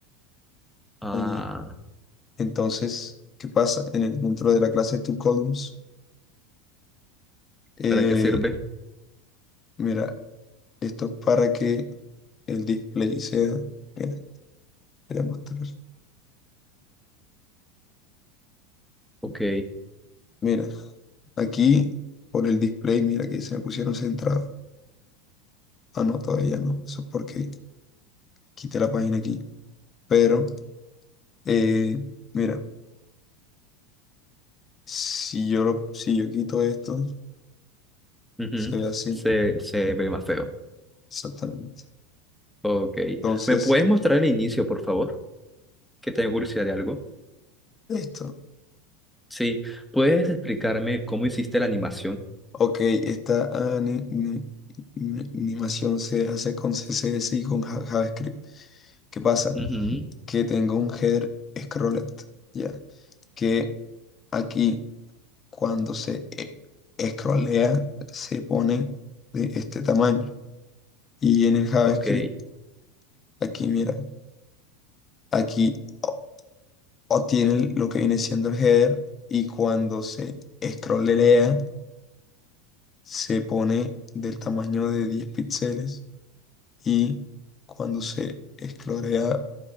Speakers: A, in the centre; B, on the left.
A: Ah.
B: ahí. Entonces, ¿qué pasa? En el, dentro de la clase toColumns, eh,
A: ¿Para qué sirve?
B: mira, esto es para que el display sea... Mira, te voy a mostrar.
A: Ok.
B: Mira, aquí por el display, mira que se me pusieron centrado. Ah, no, todavía no. Eso es porque quité la página aquí. Pero, eh, mira, si yo, lo, si yo quito esto,
A: ujú,
B: se ve así,
A: Se, se ve más feo.
B: exactamente.
A: Ok.
B: Entonces,
A: ¿Me puedes mostrar el inicio, por favor? Que tengo curiosidad de algo.
B: esto.
A: Sí. ¿Puedes explicarme cómo hiciste la animación?
B: Ok, esta ani- ni- ni- animación se hace con CSS y con Ja- JavaScript. ¿Qué pasa?
A: Ujú,
B: Que tengo un header scrolled, ¿ya? Que aquí cuando se e- scrollea se pone de este tamaño. Y en el JavaScript,
A: Ok.
B: aquí mira, aquí o- obtiene lo que viene siendo el header y cuando se scrollea se pone del tamaño de 10 píxeles. y cuando se esclorea